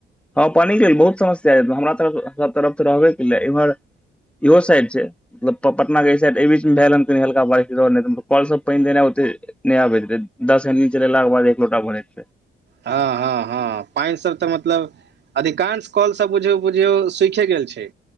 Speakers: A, in the centre; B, on the right.
A: हँ पानि के लेल बहुत समस्या हमरा तरफ तरफ तऽ रहबे के लेल एम्हर इहो साइड छै मतलब पटना के एहि साइड एहि बीच मे भेल हन कनि हल्क बारिश दौ कल सब पानि देनाइ ओते नै आबैत दैत दस दिन चलेलाक के बाद एक लोटा बनैत रहै
B: हँ हँ हँ पानि सब तऽ मतलब अधिकांश कॉल सब बुझियौ बुझियौ सुखे गेल छै